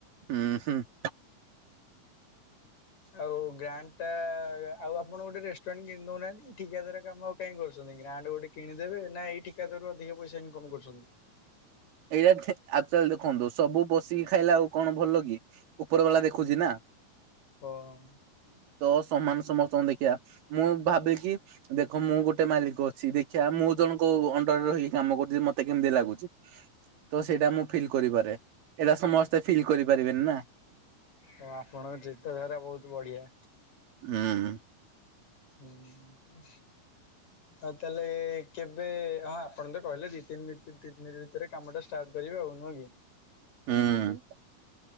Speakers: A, on the right (about 85°); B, on the left (about 55°).
A: ହୁଁ-ହୁଁ।
B: ଆଉ ଗ୍ରାଣ୍ଡ ଟା ଆଉ ଆପଣ ଗୋଟେ ରେଷ୍ଟୁରାଣ୍ଟ କିଣି ଦଉନାହାନ୍ତି ଠିକାଦାର କାମ କାଇଁ କରୁଛନ୍ତି ଗ୍ରାଣ୍ଡେ ଗୋଟେ କିଣିଦେବେ ନା ଏଇଠିକାଦାରୁ ଅଧିକ ପଇସା ଇନ୍କମ କରୁଛନ୍ତି?
A: ଏଇୟା ଅକ୍ଚୁଆଲି ଦେଖନ୍ତୁ ସବୁ ବସିକି ଖାଇଲା ଆଉ କଣ ଭଲ କି? ଉପର ବାଲା ଦେଖୁଛି ନା।
B: ହଁ।
A: ତ ସମାନ ସମସ୍ତଙ୍କଙ୍କୁ ଦେଖିବା ମୁଁ ଭାବେ କି ଦେଖ ମୁଁ ଗୋଟେ ମାଲିକ ଅଛି ଦେଖିବା ମୁଁ ଜଣଙ୍କ ଅଣ୍ଡରରେ ରହିକି କାମ କରୁଛି ମତେ କେମିତି ଲାଗୁଛି। ତ ସେଇଟା ମୁଁ ଫିଲ୍ କରିପାରେ ଏଇଟା ସମସ୍ତେ ଫିଲ୍ କରିପାରିବେନି ନା
B: ହଁ ଆପଣଙ୍କ ଚିନ୍ତା ଧାରା ବହୁତ ବଢିଆ।
A: ହୁଁ।
B: ହୁଁ। ହ ତାହେଲେ କେବେ ହଁ ଆପଣ ତ କହିଲେ ଦି ତିନି ଭିତରେ ଦି ଦ ଭିତରେ କାମଟା ଷ୍ଟାର୍ଟ କରିବା ଆଉ ନୁହଁ କି?
A: ହୁଁ।